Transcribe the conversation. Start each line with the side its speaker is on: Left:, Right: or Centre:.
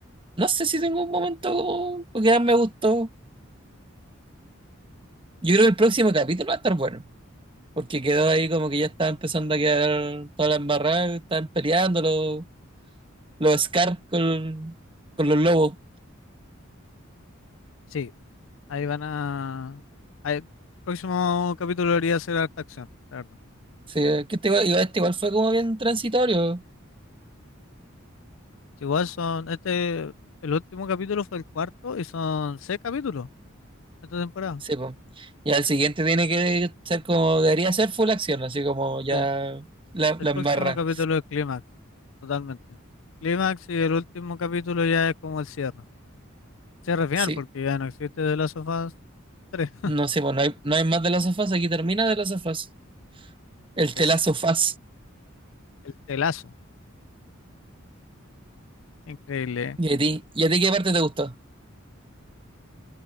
Right: no sé si tengo un momento como que más me gustó. Yo creo que el próximo capítulo va a estar bueno. porque quedó ahí como que ya estaba empezando a quedar toda la embarrada, estaban peleando los, los Scar con, con los lobos.
Left: Sí, ahí van a... ahí- El próximo capítulo debería ser harta acción, la verdad.
Right: Sí, que este, igual, igual- este igual fue como bien transitorio.
Left: Si Igual son... Este, el último capítulo fue el cuarto y son seis capítulos esta temporada.
Right: Sí, po. Ya el siguiente tiene que ser como, debería ser full acción, así como ya
Left: Sí,
Right: la,
Left: El
Right: la
Left: próximo
Right: embarra.
Left: capítulo es Clímax, totalmente. Clímax y el último capítulo ya es como el cierre. Cierre final,
Right: Sí,
Left: porque ya no existe de Last of Us 3.
Right: no sé, pues no hay, no hay más de las sofás, aquí termina de las sofás. El telazo
Left: Es
Right: faz.
Left: el telazo. Increíble.
Right: ¿Y a ti? ¿Y a ti qué parte te gustó?